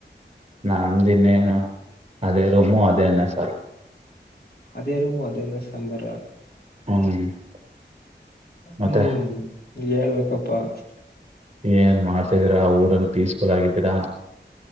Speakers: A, on the right; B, on the left.
A: ನಮ್ದ್ ಇನ್ನೇನು, ಅದೇ ರೂಮು, ಅದೇ ಅನ್ನ ಸಾರು.
B: ಅದೇ ರೂಮು ಅದೇ ಅನ್ನ ಸಾಂಬಾರಾ?
A: <unintelligible> ಮತ್ತೆ
B: ಹ್ಮು ಹೇಳ್ಬೇಕಪ್ಪಾ.
A: ಏನ್ ಮಾಡ್ತಾ ಇದೀರಾ, ಊರಲ್ ಪೀಸ್ಫುಲ್ ಆಗಿದ್ದೀರಾ?